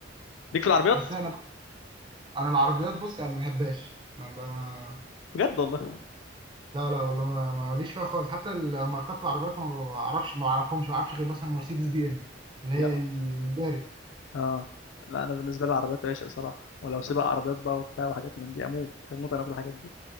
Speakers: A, on the left (about 75°); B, on the right (about 25°).
A: ليك في العربيات
B: بس انا انا العربيات بص انا ما بحبهاش انا ب- ما
A: بجد والله
B: لا لا والله ما ما- ماليش فيها خالص حتى الماركات العربيات ما بعرفش ما اعرفهمش ما اعرفش غير مثلا مرسيدس بي ام اللي هي
A: يا نهار.
B: الدارج
A: اه لا انا بالنسبه لي العربيات عشق صراحه ولو سباق عربيات بقى وبتاع وحاجات من دي اموت هموت انا في الحاجات دي